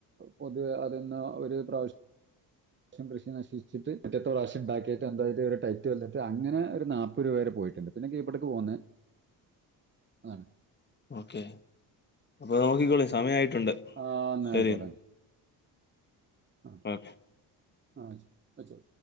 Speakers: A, on the right (about 30°); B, on the left (about 25°).
A: പൊതുവെ അതൊന്ന ഒരു പ്രാവശ്യം മൊത്തം കൃഷി നശിച്ചിട്ട് പിറ്റെത്ത പ്രാവശ്യ ഇണ്ടാക്കീട്ട് അൻപത് രൂപ വരെ ടൈറ്റ് വന്നിട്ട് അങ്ങനെ ഒരു നാപ്പത് രൂപ വരെ പോയിട്ടുണ്ട് പിന്നെ കീപ്പടേക്ക് പോകുന്നേ ആണ്
B: ഓക്കേ അപ്പൊ നോക്കിക്കോളിൻ സമയായിട്ടുണ്ട്
A: ആഹ് എന്നാ
B: ശരി
A: യിക്കോട്ടെ ആഹ്
B: ഓക്കെ
A: ആ ച്ച് വെച്ചോ